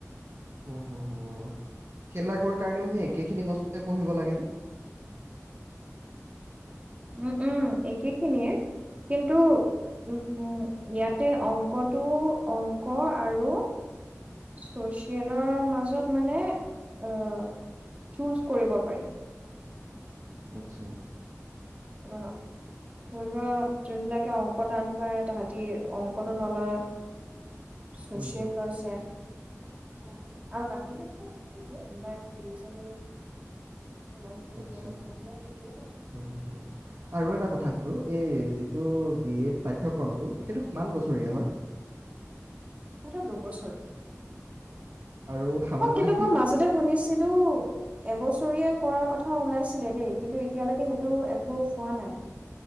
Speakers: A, on the right (about 55°); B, on the right (about 25°).
A: হুম, হুম, হুম। সেইবিলাকৰ কাৰণেও সেই একেখিনি বস্তুৱে পঢ়িব লাগেনে?
B: উম', উম। একেখিনিয়ে কিন্তু উম ইয়াতে অংকটো অংক আৰু ছচিয়েলৰ মাজত মানে অহ চুজ কৰিব পাৰি।
A: আচ্ছা।
B: অ', ধৰি লোৱা, যোনবিলাকে অংক টান পায় তাহাঁতি অংকটো নলয়। সুশীল
A: হুম,
B: লৈছে। <unintelligible> বাত্ ৰিজনিং সমাজ বিজ্ঞান,
A: আচ্ছা
B: সেইবিলাক একেই থাকে।
A: হুম, হুম, হুম। আৰু এটা কথা সুধোঁ? এই যিটো বি এ পাঠ্যক্ৰমটো সেইটো কিমান বছৰীয়া হয়?
B: হেতু দুবছৰীয়া।
A: আৰু ষান্মাসিক
B: অ কিন্তু মই মাজতে শুনিছিল কিন্তু এবছৰীয়া কৰাৰ কথা ওলাইছিলে দেই। কিন্তু এতিয়ালৈকে সেইটো এপ্ৰুভ হোৱা নাই।